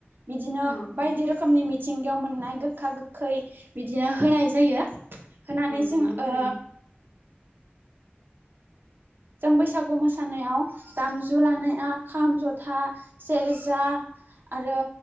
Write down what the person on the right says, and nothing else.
बिदिनो
बायदि रोखोमनि मिथिंगायाव मोननाय गोखा गोखै बिदिनो होनाय जायो होनानै
जों
ओ जों बैसागु मोसानायाव दामजु लानाया खाम जथा सेरजा आरो